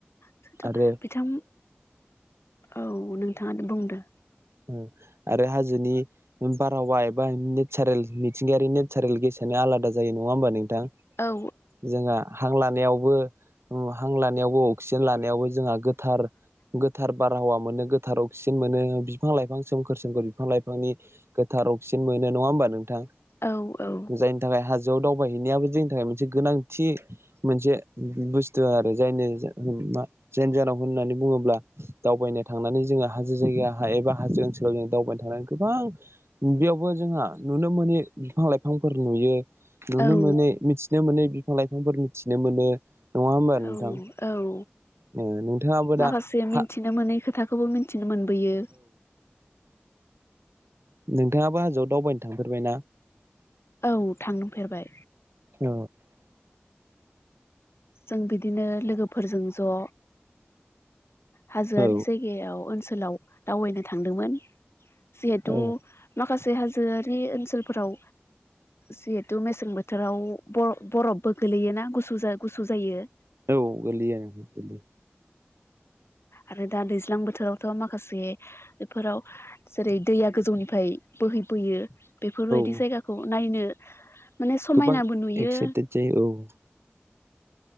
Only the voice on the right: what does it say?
आरो
उम आरो हाजोनि बारहावा एबा नेचारेल मिथिंगायारि नेचारेल गेसानो आलादा जायो नंङा होमबा नोंथां?
जोंहा हां लानायावबो उम हां लानायावबो अक्सिजेन लानायावबो जोंहा गोथार गोथार बारहावा मोनो, गोथार अक्सिजेन मोनो, बि फां लाइफां सोमखोर सोमखोर बिफां लाइफांनि गोथार अक्सिजेन मोनो नंङा होमबा नोंथां?
जायनि थाखाय हाजोआव दाव बायहैनायाबो जोंनि थाखाय मोनसे गोनांथि मोनसे बुस्थु आरो जायनि मा जानांगौ होननानै बुङोब्ला दावबायनो थांनानै जोंङो हाजो जायगाया एबा हाजो ओनसोलाव जों दावबायनो थानानै गोबां बेयावबो जोंहा नुनो मोनोनि बिफां लाइफांफोर नुयो। नुनो
मोनै मिथिनो मोनै बिफां लाइफांफोर मिथिनो मोनो। नङा होमबा नोंथां
ओ नोंथाङाबो
दा
हा
नोंथांङाबो हाजोआव दावबायनो थांफेरबायना?
औ
औ
औ
औ गोलैयो गोलैयो।
औ
गोबां
एक्साइटेड जायो औ